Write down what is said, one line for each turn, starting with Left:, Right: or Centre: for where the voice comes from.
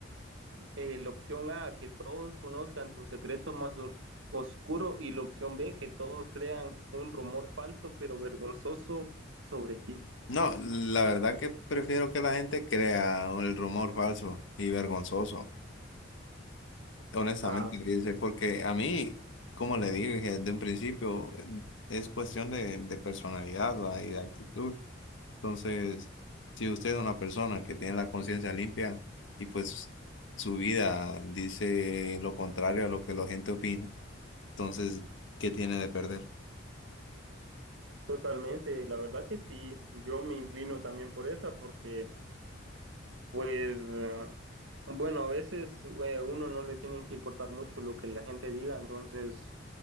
Right: Eh, la opción A, que todos conozcan tu secreto más os- oscuro y la opción B, que todos crean un rumor falso pero vergonzoso sobre ti.
Left: No, la verdad que prefiero que la gente crea el rumor falso y vergonzoso. Honestamente,
Right: Ah.
Left: dice, porque a mí, como le dije desde un principio, es cuestión de, de personalidad, ¿va? y de actitud. Entonces, si usted es una persona que tiene la conciencia limpia y pues su vida dice lo contrario a lo que la gente opina, entonces, ¿qué tiene de perder?
Right: Totalmente, la verdad que sí, yo me inclino también por esa porque, pues, eh, bueno, a veces eh, uno no le tiene que importar mucho lo que la gente diga, entonces,